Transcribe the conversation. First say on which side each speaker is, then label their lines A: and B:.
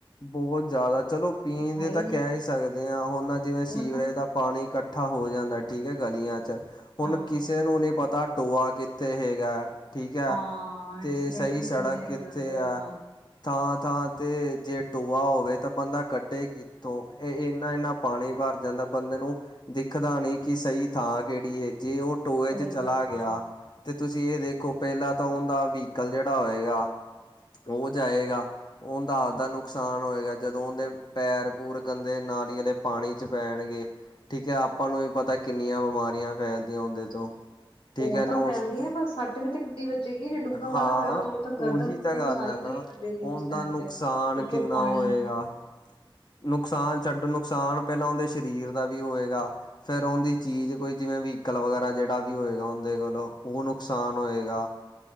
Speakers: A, on the left (about 50°); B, on the left (about 85°).
A: ਬਹੁਤ ਜ਼ਿਆਦਾ ਚਲੋ, ਪੀਣ
B: ਹੈ
A: ਦੇ ਤਾਂ
B: ਨਹੀਂ
A: ਕਹਿ ਹੀ ਸਕਦੇ ਹਾਂ ਹੁਣ ਨਾ ਜਿਵੇਂ ਸੀਵਰੇਜ
B: ਹੁਣ
A: ਦਾ ਪਾਣੀ ਕੱਠ ਕੱਠਾ ਹੋ ਜਾਂਦਾ ਠੀਕ ਹੈ ਗਾਲੀਆ ਚ, ਹੁਣ
B: ਹਾਂ
A: ਕਿਸੇ ਨੂੰ ਨਹੀਂ ਪਤਾ ਟੋਆ ਕਿੱਥੇ ਹੈਗਾ। ਠੀਕ ਐ,
B: ਹਾਂ
A: ਤੇ
B: ਐਕਸੀਡੈਂਟ
A: ਸਹੀ
B: ਵੀ
A: ਸੜਕ
B: ਕਿੰਨੇ ਹੋ
A: ਕਿੱਥੇ
B: ਜਾਂਦੇ ਉਹਦੇ
A: ਐ
B: ਨਾਲ
A: ਥਾਂ-ਥਾਂ ਤੇ ਜੇ ਟੋਆ ਹੋਵੇ, ਤਾਂ ਬੰਦਾ ਕੱਢੇ ਕੀ ਟੋਏ, ਇਹ ਇਨਾ-ਇਨਾ ਪਾਣੀ ਭਰ ਜਾਂਦਾ ਬੰਦੇ ਨੂੰ ਦਿਖਦਾ ਨਹੀਂ, ਕਿ ਸਹੀ ਥਾਂ ਕਿਹੜੀ ਜੇ ਉਹ ਟੋਏ
B: ਸਹੀ
A: ਚ ਚਲਾ
B: ਗੱਲ ਆ
A: ਗਿਆ। ਤੇ ਤੁਸੀਂ ਇਹ ਦੇਖੋ, ਪਹਿਲਾਂ ਤਾਂ ਉਹਦਾ ਵਹੀਕਲ ਜਿਹੜਾ ਹੋਏਗਾ ਉਹ ਜਾਏਗਾ, ਉਹਦਾ ਆਪਦਾ ਨੂੰ ਨੁਕਸਾਨ ਹੋਏਗਾ, ਜਦੋਂ ਉਹਦੇ ਪੈਰ-ਪੂੂਰ ਕਦੇ ਨਾਲੀ ਵਾਲੇ ਪਾਣੀ ਚ ਪੈਣਗੇ। ਠੀਕ ਐ, ਆਪਾਂ ਨੂੰ ਵੀ ਪਤਾ ਕਿੰਨੀਆਂ ਬਿਮਾਰੀਆਂ ਫੈਲਦੀਆਂ ਉਹਦੇ ਤੋਂ, ਠੀਕ
B: ਉਹ
A: ਐ
B: ਤਾਂ
A: ਨਾ
B: ਫੈਲਦੀ
A: ਉਸ ਤੋਂ
B: ਆ ਸੱਟ ਵੀ ਤਾਂ ਕਿੱਡੀ ਵੱਜੇਗੀ ਜੇ ਡੂੰਘਾ ਵਾਲਾ
A: ਹਾਂ,
B: ਹੋਇਆ ਉਦੋਂ ਉਹ ਤਾਂ ਗਰਦਨ
A: ਉਹੀ
B: ਗੁਰਦਨ
A: ਤਾਂ ਗੱਲ
B: ਸਾਰੀ
A: ਹੈ ਨਾ,
B: ਗਈ ਬੰਦੇ ਦੀ
A: ਉਹ
B: ਉਸ ਟਾਈਮ
A: ਦਾ ਨੁਕਸਾਨ
B: ਤੇ ਉੱਤੋਂ
A: ਕਿੰਨਾ
B: ਪਾਣੀ
A: ਹੋਏਗਾ। ਨੁਕਸਾਨ ਛੱਡੋ ਨੁਕਸਾਨ ਪਹਿਲਾਂ ਉਹਦੇ ਸਰੀਰ ਦਾ ਵੀ ਹੋਏਗਾ। ਫਿਰ ਉਹਦੀ ਚੀਜ਼ ਕੋਈ ਜਿਵੇਂ ਵੀਹੀਕਲ ਵਗੈਰਾ ਜਿਹੜਾ ਵੀ ਹੋਏਗਾ, ਉਹਦੇ ਕੋਲੋਂ ਉਹ ਨੁਕਸਾਨ ਹੋਏਗਾ।